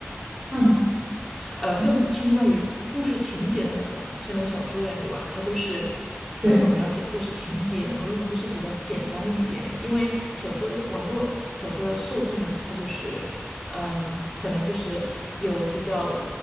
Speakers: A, on the right; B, in the centre.
A: 嗯
B: 呃，更倾向于故事情节的那种，
A: 嗯，
B: 像那个小说一样，对吧？它都是
A: 对，
B: 各种描写故事情节，然后用的都是比较简单的语言，因为小说的网络小说的受众呢，它就是，嗯，可能就是有比较。